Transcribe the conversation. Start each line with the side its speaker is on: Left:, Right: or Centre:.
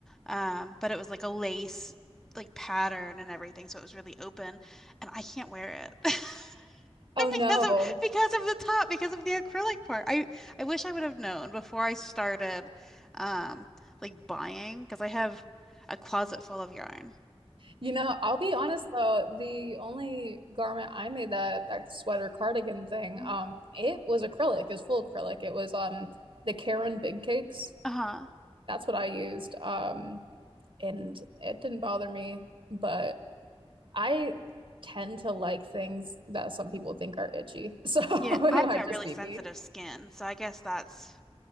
Centre: um, but it was like a lace, like pattern and everything. So it was really open, and I can't wear it <laughs>
Right: Oh no.
Centre: because of because of the top, because of the acrylic part. I I wish I would have known before I started, um, like buying, because I have a closet full of yarn.
Right: You know, I'll be honest though, the only garment I made that that sweater cardigan thing,
Centre: Mhm.
Right: um, it was acrylic, it was full acrylic. It was um the Karen Big Cakes.
Centre: Uh-huh.
Right: That's what I used. Um, and it didn't bother me, but I tend to like things that some people think are itchy. So <laughs> it
Centre: Yeah, I've
Right: might
Centre: got really
Right: just be
Centre: sensitive
Right: me.
Centre: skin, so I guess that's.